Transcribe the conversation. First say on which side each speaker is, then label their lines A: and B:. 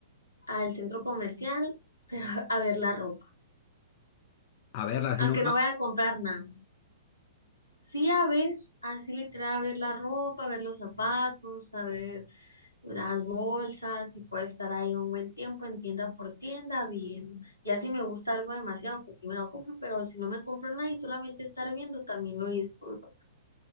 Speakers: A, on the left; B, on the left.
A: al centro comercial, pero <laughs> a ver la ropa.
B: A verla, así
A: Aunque
B: nomás,
A: no voy a comprar nada. Sí, a ver, así literal, a ver la ropa, a ver los zapatos, a ver las bolsas, y puedo estar ahí un buen tiempo en tienda por tienda viendo. Ya si me gusta algo demasiado, pues sí me lo compro, pero si no me compro nada y solamente estar viendo, también lo disfruto.